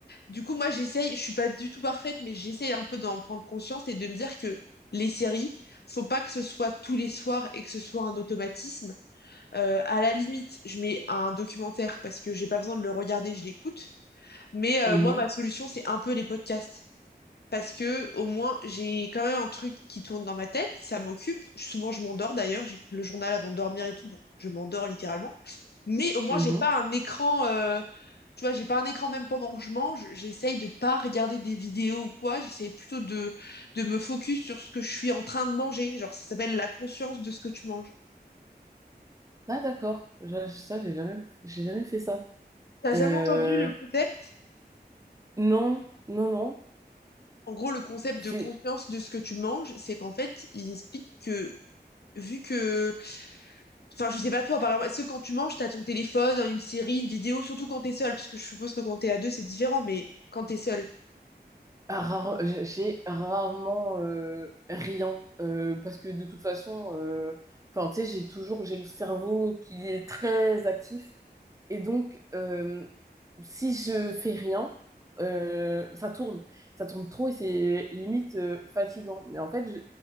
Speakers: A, on the left (about 70°); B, on the right (about 20°).
A: Du coup, moi, j'essaye, je suis pas du tout parfaite, mais j'essaye un peu d'en prendre conscience et de me dire que les séries, faut pas que ce soit tous les soirs et que ce soit un automatisme. Euh, à la limite, je mets un documentaire parce que j'ai pas besoin de le regarder, je l'écoute. Mais euh,
B: Mhm.
A: moi, ma solution, c'est un peu les podcasts parce que au moins j'ai quand même un truc qui tourne dans ma tête, ça m'occupe. Souvent je m'endors d'ailleurs, j'écoute le journal avant de dormir et tout, donc je m'endors littéralement. Mais au moins
B: Mhm.
A: j'ai pas un écran, euh, tu vois, j'ai pas un écran même pendant que je mange. J'essaye de pas regarder des vidéos ou quoi. J'essaye plutôt de de me focus sur ce que je suis en train de manger. Genre ça s'appelle la conscience de ce que tu manges.
B: Ah d'accord, Je- ça j'ai jamais j'ai jamais fait ça.
A: T'as jamais
B: Euh,
A: entendu le concept?
B: non, non, non,
A: En gros, le concept
B: c'est
A: de conscience de ce que tu manges, c'est qu'en fait, il explique que vu que Enfin, je sais pas toi, par exemple, est-ce que quand tu manges, t'as ton téléphone, une série, une vidéo, surtout quand t'es seul, parce que je suppose que quand t'es à deux, c'est différent, mais quand t'es seul.
B: rare, j'ai rarement euh, rien euh, parce que de toute façon, euh, enfin tu sais, j'ai toujours j'ai le cerveau qui est très actif Et donc, euh, si je fais rien, euh, ça tourne. Ça tourne trop et c'est limite euh, fatigant. Mais en fait, je-